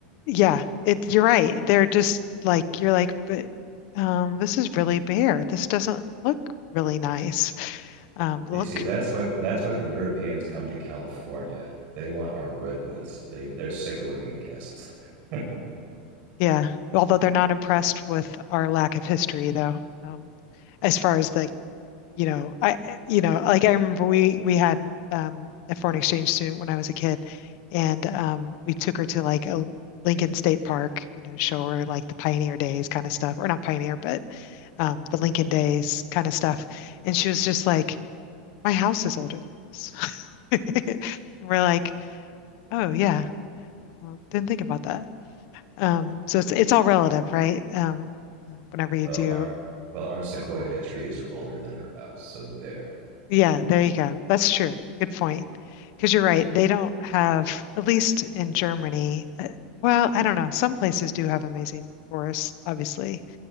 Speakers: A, on the left; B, on the right.
A: Yeah, it, you're right. They're just like you're like, but um, this is really bare. This doesn't look really nice. Um, look
B: You see, that's why that's why the Europeans come to California. They want our redwoods. They they're sick of looking at castles. <laughs>
A: Yeah, although they're not impressed with our lack of history, though. Um, as far as like, you know, I, I- you know, like I remember we we had um, a foreign exchange student when I was a kid, and um, we took her to like a Lincoln State Park, you know, show her like the pioneer days kind of stuff, or not pioneer, but um, the Lincoln days kind of stuff, and she was just like, "My house is older than this." <laughs> We're like, "Oh yeah, well, didn't think about that." Um, so it's it's all relative, right? Um, whenever you
B: Well,
A: do,
B: our well, our sequoia trees are older than her house, so there.
A: yeah, there you go. That's true. Good point. Because you're
B: Mhm.
A: right, they don't have, at least in Germany, uh, well, I don't know. Some places do have amazing forests, obviously,